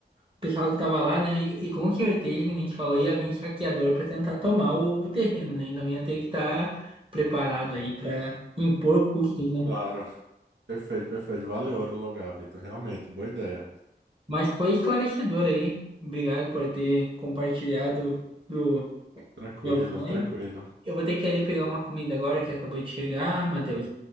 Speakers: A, on the right; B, on the right.
A: o pessoal que tava lá, né? E, e com certeza, que nem a gente falou, ia vir saqueador pra tentar tomar o, o terreno, né? Então ia ter que estar preparado aí pra impor custos, né?
B: Claro. Perfeito, perfeito. Valeu, o Lugar, Vitor. Realmente, boa ideia.
A: Mas foi esclarecedor aí. Obrigado por ter compartilhado do
B: Tranquilo,
A: meu sonho.
B: tranquilo.
A: Eu vou ter que ir ali pegar uma comida agora que acabou de chegar, Matheus.